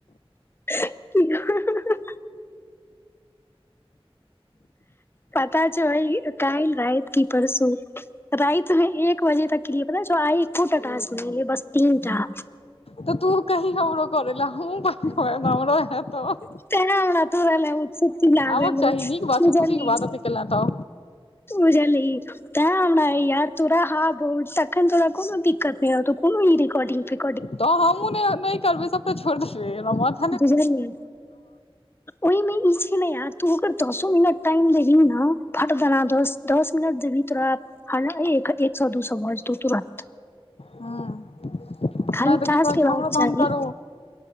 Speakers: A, on the left; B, on the left.
A: कि ह हं हं हं पता छौ ई काल्हि राति की परसू राइत मे एक बजे तक केलिए पता छौ आइ एकोटा टास्क नै एलै बस तीनटा
B: तऽ तू कही हमरो करै ला हमूं बनेबै त हमरो हेत तऽ
A: तैहै हमरा तोरा ल‌ए उतसुक्ति लागल
B: आबक चाही
A: अए
B: नीक बात
A: बुझलही
B: छौ खुशी के बात ओते केला तऽ
A: बूझलही तैंहै हमरा यार तोरा हां बहुत तखन तोरा कोनो दिक्कत नहि हेतौ कोनो ई रेकॉर्डिंग फेकॉ
B: तऽ हमहूँ नै ओ नहि करबै सबटा छोड़ि देबै हमरा माथ
A: बुझलियै ओहिमे ई छै ने यार तू अगर दसो मिनट टाइम देबही नऽ फटदना दस दस मिनट देबही तोरा हं एक एक सौ दू सौ भ जेतौ तुरत
B: हँ
A: खाली
B: नै तऽ
A: टास्क
B: की कहै
A: के रहक
B: छै हमरो
A: चाही
B: तहन करू